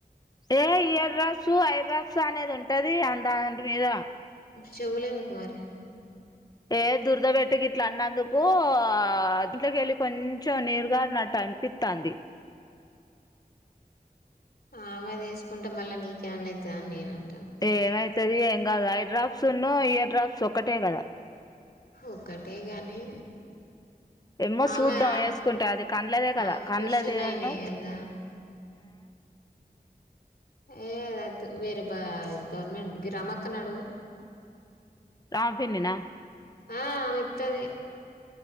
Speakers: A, on the left; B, on the left.
A: ఏ ఇయర్ డ్రాప్స్ ఐ డ్రాప్స్ అనేది ఉంటది అ దాంటి మీద
B: చెవులేందుకు మరి
A: ఏ దురదవెట్టి గిట్లా అన్నందుకు ఆ దింట్ల కేళ్ళి కొంచెం నీరుగారినట్టు అనిపిత్తంది
B: ఆమెదేసుకుంటే మళ్ళా నీకేమన్నా అయితదను నేనను
A: ఏమయితది ఇంకా గా ఐ డ్రాఫ్స్ ఉన్ను ఇయర్ డ్రాప్స్ ఒకటే కదా
B: ఒక్కటే గాని
A: ఎమ్మే సుద్దాం
B: ఆమె ఆ
A: ఏసుకుంటే అది కండ్లదే కదా
B: ఆపరేషన్
A: కండ్లదివున్ను
B: అయినాయి కదా ఏదద్దు వేరే బ గవర్నమెంట్ గి రామక్క నడుగు
A: ఆ పిన్నీనా
B: ఆ మిత్తది